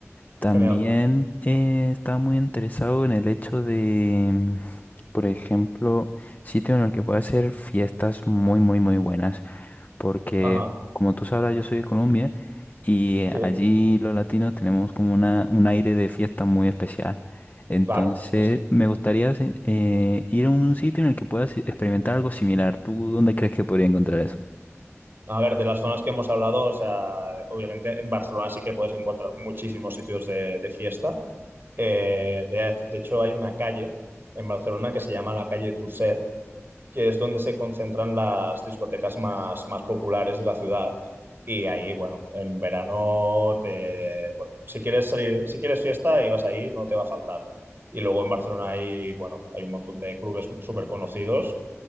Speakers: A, on the left; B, on the right.
A: También
B: Genial.
A: eh, estaba muy interesado en el hecho de, por ejemplo, sitio en el que pueda hacer fiestas muy, muy, muy buenas, porque
B: Ajá.
A: como tú sabrás, yo soy de Colombia y
B: Sí,
A: eh, allí los latinos tenemos como una, un aire de fiesta muy especial. Entonces,
B: claro. Sí, sí.
A: me gustaría se- eh, ir a un sitio en el que puedas experimentar algo similar. ¿Tú dónde crees que podría encontrar eso?
B: A ver, de las zonas que hemos hablado, o sea, obviamente en Barcelona sí que puedes encontrar muchísimos sitios de, de fiesta. Eh, de, de hecho, hay una calle en Barcelona que se llama la calle Tuset que es donde se concentran las discotecas más, más populares de la ciudad. Y ahí, bueno, en verano te, bueno, si quieres salir, si quieres fiesta y vas ahí, no te va a faltar. Y luego en Barcelona hay, bueno, hay un montón de clubes súper conocidos.